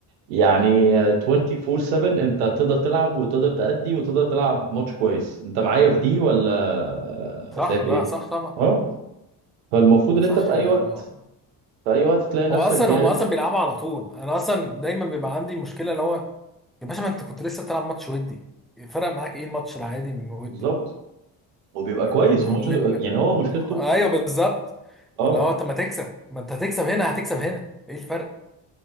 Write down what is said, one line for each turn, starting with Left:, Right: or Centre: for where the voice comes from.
Right: يعني 24/7 انت تقدر تلعب وتقدر تأدي وتقدر تلعب ماتش كويس انت معايا في دي ولا آه،
Centre: صح
Right: شايف
Centre: لا
Right: ايه
Centre: صح طبعا
Right: اه فالمفروض
Centre: لا
Right: ان
Centre: صح
Right: انت في اي
Centre: انا
Right: وقت في اي وقت تلاقي
Centre: هو
Right: نفسك
Centre: اصلا
Right: جاهز
Centre: هم اصلا بيلعبوا على طول انا اصلا دايما بيبقى عندي مشكله اللي هو يا باشا ما انت كنت لسه بتلعب ماتش ودي فرق معاك ايه الماتش العادي من ودي
Right: بالظبط وبيبقى
Centre: يعني
Right: كويس
Centre: ما
Right: وماتشاته
Centre: هو الاتنين
Right: يعني هو مشكلته
Centre: ايوه بالظبط
Right: اه
Centre: اللي هو طب ما تكسب ما انت هتكسب هنا هتكسب هنا ايه الفرق